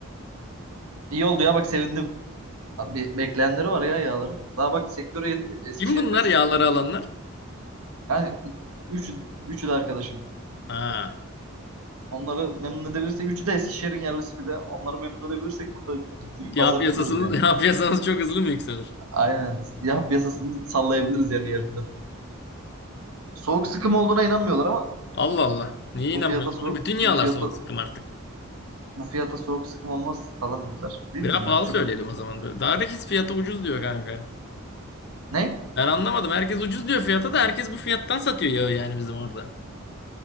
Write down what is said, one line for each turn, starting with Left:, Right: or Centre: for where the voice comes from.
Right: İyi oldu ya bak sevindim. Abi Bir bekleyenleri var ya yağların. Daha bak sektörü Eskişehir
Left: Kim bunlar
Right: piyasasını
Left: yağları alanlar?
Right: yani üç, üçü de arkadaşım.
Left: Ha.
Right: Onları memnun edebilirsek üçü de Eskişehir'in yerlisi bir de onları memnun edebilirsek burada ciddi bir
Left: Yağ
Right: pazar
Left: piyasasını,
Right: kurarız yani.
Left: <laughs> yağ piyasanız çok hızlı mı yükselir?
Right: Aynen. Ya piyasasını sallayabiliriz yani yerinde. Soğuk sıkım olduğuna inanmıyorlar ama
Left: Allah Allah. Niye
Right: bu
Left: inanmıyorum?
Right: fiyata soğuk
Left: Bütün yağlar
Right: bu fiyata
Left: soğuk sıkım artık.
Right: bu fiyata soğuk sıkım olmaz falan dediler. Bilmiyorum
Left: Biraz pahalı
Right: ben çok
Left: söyleyelim o zaman da. Daha herkes fiyata ucuz diyor kanka.
Right: ne?
Left: Ben anlamadım. Herkes ucuz diyor fiyata da herkes bu fiyattan satıyor yağı yani bizim orada.